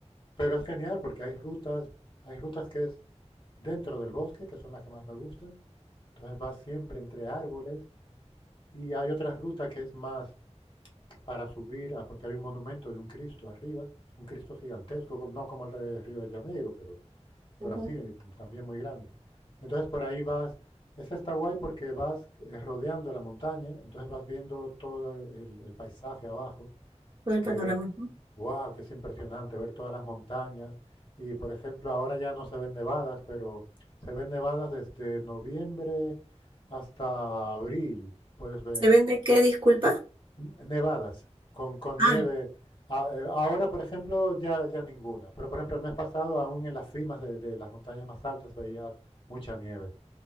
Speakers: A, on the left; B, on the right.
A: Pero es genial porque hay rutas, hay rutas que es dentro del bosque, que son las que más me gustan. Entonces vas siempre entre árboles y hay otra ruta que es más para subir, a- porque hay un monumento de un Cristo arriba, un Cristo gigantesco, no como el de Río de Janeiro, pero
B: ujú.
A: pero así, también muy grande. Entonces por ahí vas, esa está guay porque vas eh, rodeando la montaña, entonces vas viendo todo el, el paisaje abajo,
B: Todo el
A: que,
B: panorama.
A: wow, que es impresionante ver todas las montañas. Y por ejemplo, ahora ya no se ven nevadas, pero se ven nevadas desde noviembre hasta abril, puedes ver.
B: ¿Se vende qué, disculpa?
A: Nevadas, con, con
B: Ah,
A: nieve. A- eh, Ahora, por ejemplo, ya, ya ninguna. Pero, por ejemplo, el mes pasado, aún en las cimas de, de las montañas más altas, veías mucha nieve.